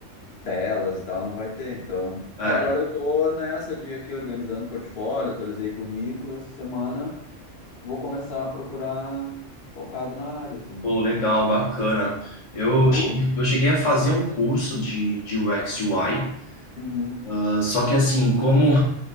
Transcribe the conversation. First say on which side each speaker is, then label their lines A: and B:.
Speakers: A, on the left; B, on the left.
A: telas e tal, não vai ter. Então,
B: É,
A: aí agora eu tô nessa de aqui organizando portfólio, atualizei currículo essa semana, vou começar a procurar focado na área, assim.
B: pô, legal, bacana. Eu
A: E tu?
B: cheguei, eu cheguei a fazer um curso de, de UX e UI,
A: Uhum.
B: ah, só que assim, como